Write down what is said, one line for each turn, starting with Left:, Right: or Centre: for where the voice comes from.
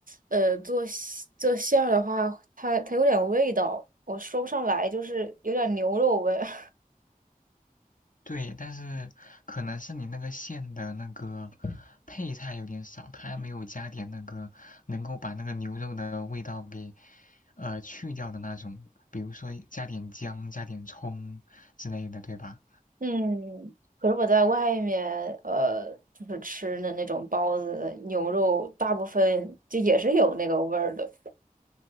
Right: 呃，做馅做馅儿的话，它它有点味道，我说不上来，就是有点牛肉味。<laughs>
Left: 对，但是可能是你那个馅的那个配菜有点少，它还没有加点那个能够把那个牛肉的味道给呃去掉的那种，比如说加点姜、加点葱之类的，对吧？
Right: 嗯，可是我在外面，呃，就是吃的那种包子、牛肉，大部分就也是有那个味儿的。